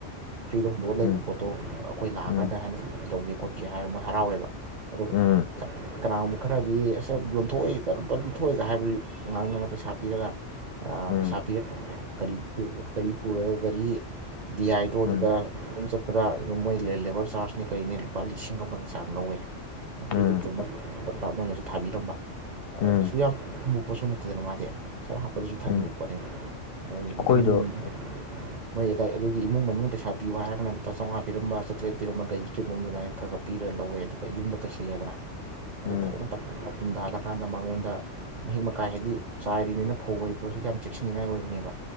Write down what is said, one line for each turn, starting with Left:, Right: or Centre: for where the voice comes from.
Right: ꯐ꯭ꯔꯤꯗ ꯍꯨꯟꯗꯣꯛꯑꯒ ꯂꯩꯕ
Left: ꯎꯝ
Right: ꯄꯣꯠꯇꯣ ꯑꯩꯈꯣꯏ ꯂꯥꯛꯑꯀꯥꯟꯗ
Left: ꯎꯝ
Right: ꯍꯥꯏꯅ ꯂꯧꯒꯦ ꯈꯣꯠꯀꯦ ꯍꯥꯏꯔ ꯃꯣꯏ ꯍꯔꯥꯎꯋꯦꯕ ꯑꯗꯨꯒ
Left: ꯎꯝ
Right: ꯀꯅꯥꯒꯨꯝꯕ ꯈꯔꯗꯤ ꯑꯁꯦ ꯌꯣꯟꯊꯣꯛꯏ ꯀꯔꯝꯇ ꯄꯤꯊꯣꯛꯏꯒ ꯍꯥꯏꯕꯗꯨ ꯉꯥꯡꯅꯅ ꯄꯩꯁꯥ ꯄꯤꯔꯒ
Left: ꯎꯝ
Right: ꯄꯩꯁꯥ ꯄꯤꯔꯛꯦꯔꯤ ꯒꯥꯔꯤ ꯄꯨꯔꯒ ꯒꯥꯔꯤ ꯗꯤ ꯑꯥꯏꯗꯣꯗꯨꯗ
Left: ꯎꯝ
Right: ꯑꯗꯨꯝ ꯆꯠꯄꯗ ꯑꯗꯨꯝ ꯃꯣꯏ ꯂꯦꯕꯔ ꯆꯥꯔꯖꯅꯦ ꯀꯔꯤꯅꯦ ꯂꯨꯄꯥ ꯂꯤꯁꯤꯡ ꯑꯃꯒꯤ ꯆꯥꯡ ꯂꯧꯋꯦ ꯁꯟꯗ꯭ꯔꯔꯤ
Left: ꯎꯝ
Right: ꯇꯤꯞꯇꯣꯠ ꯈꯣꯠꯄ ꯃꯣꯏꯅꯁꯨ ꯊꯥꯕꯤꯔꯝꯕ ꯑꯗꯣ
Left: ꯎꯝ
Right: ꯀꯩꯁꯨ ꯌꯥꯝ ꯑꯃꯨꯛ ꯄꯣꯠꯁꯨ ꯅ ꯇꯗꯅ ꯋꯥꯗꯦ ꯁꯔ ꯍꯥꯞꯄꯗꯁꯨ ꯊꯟꯕ
Left: ꯎꯝ
Right: ꯈꯣꯠꯅꯦ ꯑꯅꯤ
Left: ꯑꯩꯈꯣꯏꯗꯣ
Right: ꯃꯣꯏ ꯑꯗꯥꯏ ꯑꯗꯨꯒꯤ ꯏꯃꯨꯡ ꯃꯅꯨꯡ ꯄꯩꯁꯥ ꯄꯤꯌ ꯍꯥꯏꯔꯒ ꯂꯨꯄꯥ ꯆꯥꯝꯉꯥ ꯄꯤꯔꯝꯕ ꯆꯇꯦꯠ ꯄꯔꯝꯕꯒꯒꯤꯨꯝꯝ ꯑꯗꯨꯃꯥꯏꯅ ꯈꯔ ꯄꯤꯔ ꯂꯧꯋ ꯑꯗꯨꯒ ꯌꯨꯝꯗ ꯄꯩꯁꯤꯜꯂꯦꯗꯅ ꯑꯣ
Left: ꯎꯝ
Right: ꯐꯖꯅ ꯄꯨꯝꯊꯍꯜꯂꯀꯥꯟꯗ ꯃꯉꯣꯟꯗ ꯃꯍꯤꯛ ꯃꯇꯀꯥꯏ ꯍꯥꯏꯗꯤ ꯆꯥꯏꯔꯤꯕꯅꯤꯅ ꯐꯧ ꯑꯣꯏ ꯄꯣꯠꯁꯤ ꯌꯥꯝ ꯆꯦꯛꯁꯤꯟꯅꯤꯡꯉꯥꯏ ꯑꯣꯏꯕꯅꯦꯕ